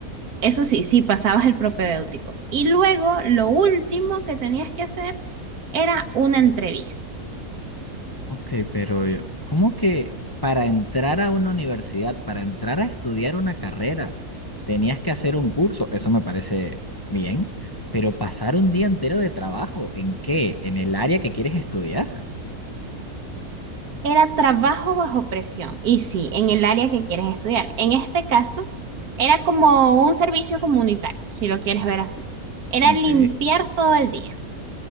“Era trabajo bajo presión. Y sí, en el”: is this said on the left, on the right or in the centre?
Right